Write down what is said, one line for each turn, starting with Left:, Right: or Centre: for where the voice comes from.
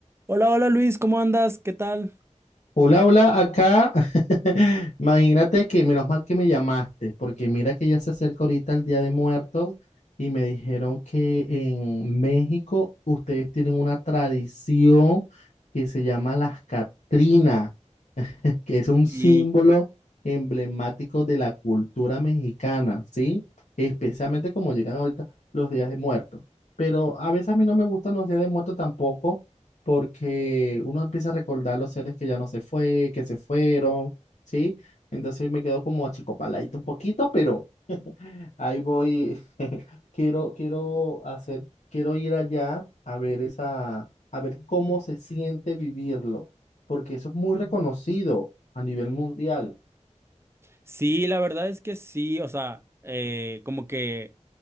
Right: Hola, hola Luis, ¿cómo andas? ¿Qué tal?
Left: Hola, hola, acá. <laughs> Imagínate que menos mal que me llamaste, porque mira que ya se acerca ahorita el Día de Muertos y me dijeron que en México ustedes tienen una tradición que se llama las Catrinas que es un
Right: Sí,
Left: símbolo emblemático de la cultura mexicana, ¿sí? Especialmente como llegan ahorita los días de muertos. Pero a veces a mí no me gustan los días de muertos tampoco, porque uno empieza a recordar los seres que ya no se fue, que se fueron, ¿sí? Entonces me quedo como achicopaladito un poquito, pero Ahí voy. <laughs> Quiero, quiero hacer, quiero ir allá a ver esa, a ver cómo se siente vivirlo, porque eso es muy reconocido a nivel mundial.
Right: sí, la verdad es que sí, o sea, eh, como que